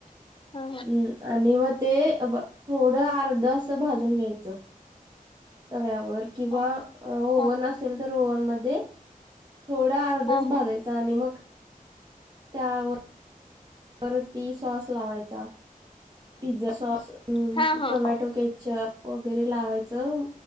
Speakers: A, on the left; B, on the right.
A: हा
B: हम् आणि मग ते थोडं अर्ध असं भाजून घ्यायचं. तव्यावर किंवा
A: हा
B: ओव्हन
A: हा
B: असेल तर ओव्हन मध्ये थोडा अर्धच
A: हा
B: भागायचा आणि मग त्यावर तर ती सॉस लावायचा. पिझ्झा सॉस,
A: हा हा
B: टोमॅटो
A: हा
B: केचप, वगैरे लावायचं